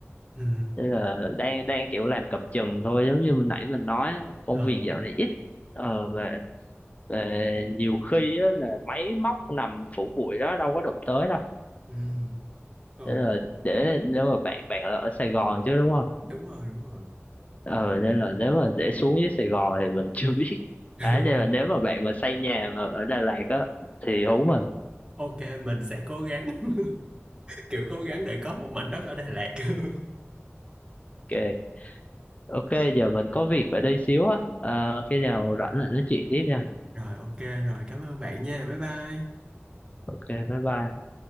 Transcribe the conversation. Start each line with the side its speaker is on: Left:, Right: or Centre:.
Right: ừ
Left: nên là đang đang kiểu làm cầm chừng thôi giống như mình nãy mình nói công
Right: ờ
Left: việc dạo này ít ờ, mà, mà nhiều khi á, là máy móc nằm phủ bụi đó đâu có đụng tới đâu <laughs>
Right: ừ ờ
Left: Ờ, nên là để nếu mà bạn bạn là ở Sài Gòn chứ đúng không?
Right: đúng rồi đúng rồi
Left: Ờ nên là nếu mà để xuống dưới Sài Gòn thì mình <laughs> chưa biết.
Right: <laughs>
Left: À nên là nếu mà bạn mà xây nhà mà ở Đà Lạt á thì hú mình.
Right: Ok, mình sẽ cố gắng, <laughs> kiểu cố gắng để có một mảnh đất ở Đà Lạt. <laughs>
Left: Ok. Ok giờ mình có việc phải đi xíu á. Ờ, khi nào rảnh lại nói chuyện tiếp nha.
Right: Rồi, ok, rồi, cảm ơn bạn nha, bye bye.
Left: Ok bye bye.